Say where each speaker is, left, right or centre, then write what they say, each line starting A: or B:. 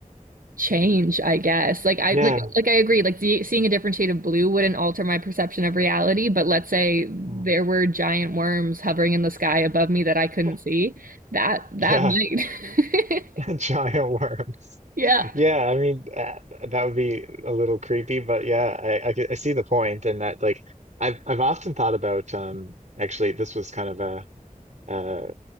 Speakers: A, on the right (about 80°); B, on the right (about 60°).
A: change, I guess. Like I
B: Yeah.
A: like like I agree. Like the, seeing a different shade of blue wouldn't alter my perception of reality, but let's say
B: Hmm.
A: there were giant worms hovering in the sky above me that I couldn't
B: <laughs>
A: see. That that
B: Yeah.
A: might.
B: <laughs>
A: <laughs>
B: Giant worms. <laughs>
A: Yeah.
B: Yeah, I mean that, that would be a little creepy, but yeah, I, I, get- I see the point, and that like I've I've often thought about um actually this was kind of a uh